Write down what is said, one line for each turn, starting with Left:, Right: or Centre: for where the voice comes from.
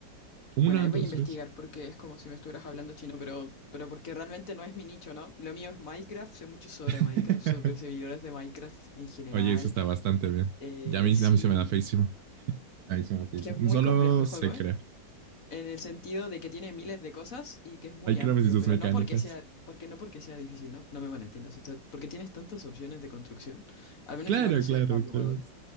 Right: Una,
Left: Bueno, ahí
Right: dos,
Left: voy a investigar
Right: tres.
Left: porque es como si me estuvieras hablando chino, pero, pero porque realmente no es mi nicho, ¿no? Lo mío es Minecraft, sé mucho sobre
Right: <laughs>
Left: Minecraft, sobre servidores de Minecraft en general.
Right: Oye, eso está bastante bien.
Left: Eh,
Right: Ya a mí,
Left: sí,
Right: a mí se me da feísimo. A mí se me da feísimo.
Left: es que es muy
Right: Solo
Left: complejo el
Right: sé
Left: juego, ¿eh?
Right: creer.
Left: En el sentido de que tiene miles de cosas y que es muy
Right: Minecraft
Left: amplio,
Right: y sus
Left: pero
Right: mecánicas.
Left: no porque sea, porque no porque sea difícil, ¿no? No me malentiendas. O sea, porque tienes tantas opciones de construcción. Al menos
Right: Claro,
Left: igual eso
Right: claro,
Left: es abrumador.
Right: claro.